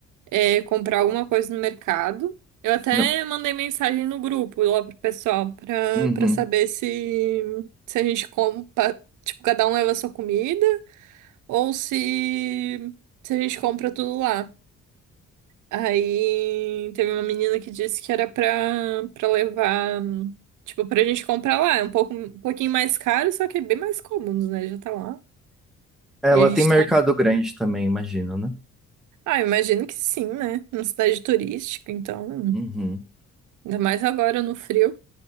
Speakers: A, on the right; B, in the centre.
A: é, comprar alguma coisa no mercado. Eu até
B: Não.
A: mandei mensagem no grupo lá pro pessoal pra,
B: Uhum.
A: pra saber se, se a gente compra, tipo, cada um leva a sua comida ou se, se a gente compra tudo lá. Aí teve uma menina que disse que era pra, pra levar, tipo, pra gente comprar lá. É um pouco, um pouquinho mais caro, só que é bem mais cômodo, né? Já tá lá.
B: É,
A: E
B: lá
A: a
B: tem
A: gente
B: mercado
A: tá.
B: grande também, imagino, né?
A: Ah, imagino que sim, né? Uma cidade turística, então.
B: Uhum.
A: Ainda mais agora no frio.